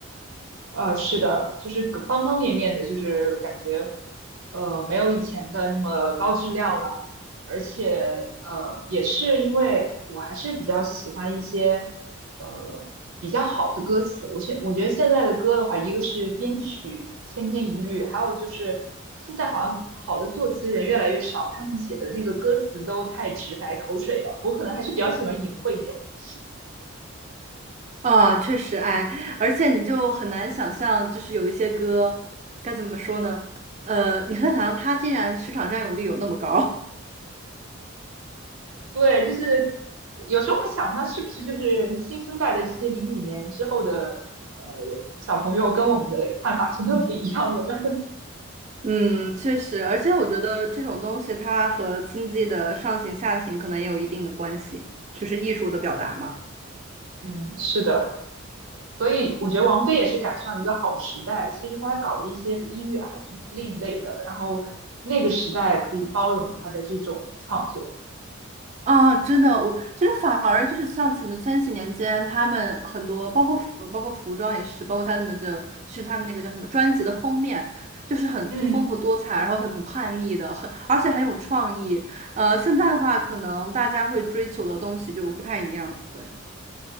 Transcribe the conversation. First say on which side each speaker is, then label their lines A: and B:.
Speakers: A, on the right; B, on the right.
A: 呃，是的，就是方方面面的，就是感觉，呃，没有以前的那么高质量了，而且，呃，也是因为我还是比较喜欢一些，呃，比较好的歌词。我现我觉得现在的歌的话，一个是编曲千篇一律，还有就是现在好像好的作词人越来越少，他们写的那个歌词都太直白、口水了。我可能还是比较喜欢隐晦一点的东西。
B: 啊，确实，哎，而且你就很难想象，就是有一些歌该怎么说呢？呃，你很难想象他竟然市场占有率有那么高。<laughs>
A: 对，就是有时候会想，那是不是就是新生代的这些零五年之后的呃小朋友跟我们的看法真的不一样了呢？
B: 嗯，确实，而且我觉得这种东西它和经济的上行下行可能也有一定的关系，就是艺术的表达嘛。
A: <laughs> 嗯是的，所以我觉得王菲也是赶上一个好时代。其实她搞的一些音乐还挺另类的，然后那个时代可以包容她的这种创作。
B: 啊，真的，我其实反而就是像什么千禧年间，他们很多包括服包括服装也是，包括他们的就是他们那个叫什么专辑的封面，就是很多丰富多彩，
A: 嗯。
B: 然后很叛逆的，很而且很有创意。呃，现在的话，可能大家会追求的东西就不太一样，对，